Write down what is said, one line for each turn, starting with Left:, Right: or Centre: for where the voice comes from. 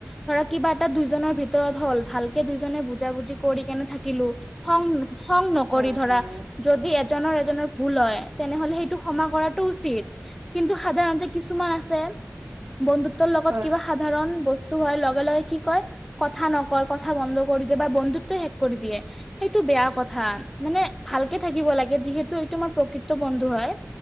Centre: ধৰা কিবা এটা দুইজনৰ ভিতৰত ভিত তৰত হ'ল, ভালকে দুইজনে বুজা বুজি কৰি কেনে থাকিলোঁ, খং খং নকৰি
Right: হয়
Centre: ধৰা
Right: হয়
Centre: যদি এজনৰ এজনৰ ভুল হয় তেনেহ'লে সেইটো ক্ষমা কৰাটো উচিত৷ কিন্তু সাধাৰণতে কিছুমান আছে, বন্ধুত্বৰ লগত
Right: হয়
Centre: কিবা সাধাৰণ বছ তো হোৱাৰ লগে লগে কি কয়, কথা নকয়, কথা বন্ধ কৰি দিয়ে বা বন্ধুত্ব শেষ কৰি দিয়ে৷ সেইটো বেয়া কথা, মানে ভালকে থাকিব লাগে যিহেতু এইটো আমাৰ প্ৰকৃত বন্ধু হয়৷